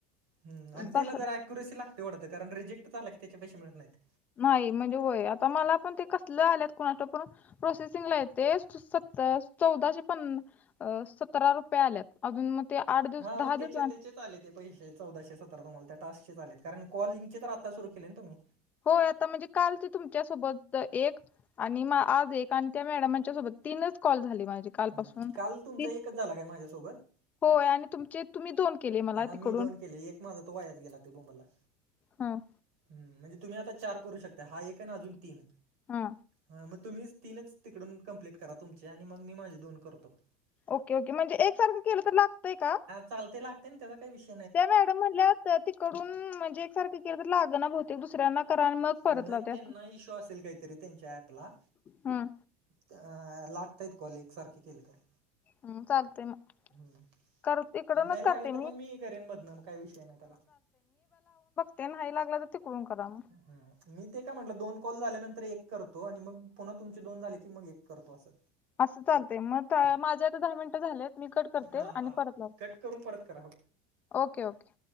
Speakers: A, on the right; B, on the left.
A: हम आणि त्याला
B: दहा
A: जर ऍक्युरेन्सी लागते वाटतं, कारण रिजेक्ट झाला की त्याचे पैसे मिळत नाहीत.
B: नाही म्हणजे होय. आता मला पण ते कसलं आल्यात कुणास ठाऊक पण प्रोसेसिंगला आहेत ते सत चौदाशे पन सतरा रुपये आल्यात. अजून मग ते आठ दिवस
A: हा मग
B: दहा
A: त्याच्यात
B: दिवस
A: त्याचे च आले ते पैसे चौदाशे सतरा तुम्हाला त्या टास्कचेच आलेत, कारण काॅलींगचे तर आता सुरु केले ना तुम्ही?
B: होय आता म्हणजे कालचे तुमच्यासोबत एक आणि आज एक आणि त्या मॅडमांच्या सोबत तीनच कॉल झाले माझे. कालपासून
A: हं.
B: ती
A: काल तुमचा एकच झाला काय माझ्यासोबत?
B: होय आणि तुमचे तुम्ही दोन केले. मला
A: हा
B: तिकडून
A: मी दोन केले. एक माझा तो वायाच गेला ते बोंबलला.
B: हम्म.
A: हम्म म्हणजे तुम्ही आता चार करू शकता हा एक आणि अजून तीन.
B: हा
A: मग तुम्हीच तीनच तिकडून कंप्लीट करा तुमचे आणि मग मी माझे दोन करतो.
B: ओके ओके म्हणजे एकसारखं केलं तर लागतंय का?
A: चालतंय लागते ना त्याचा काय विष
B: त्या मॅडम म्हणल्यात तिकडून म्हणजे एकसारखं केलं तर लागना बहुतेक. दुसऱ्यांना करा आणि मग परत
A: नाही
B: लावते
A: त्यांना
B: असं
A: इशू असेल काहीतरी त्यांच्या ऍपला.
B: हम्म
A: अ लागतायेत कॉल एकसारखे केले तरी.
B: हम्म, चालतंय मग.
A: हम्म.
B: कर इकडूनच
A: आणि नाही लागलं,
B: करते
A: तर मग मी हे करेन मधनं मग काही विषय नाही त्याला.
B: ते नाही लागला तर फोन करा मग.
A: हम्म. मी ते का म्हटलं दोन कॉल झाल्यानंतर एक करतो आणि मग पुन्हा तुमचे दोन झाले की मग एक करतो असं.
B: असं चालतेय, मग माझे आता दहा मिनिटं झालेत मी कट करते
A: हां
B: आणि
A: हां
B: परत लावते.
A: कट करून परत करा हो.
B: Okay, okay.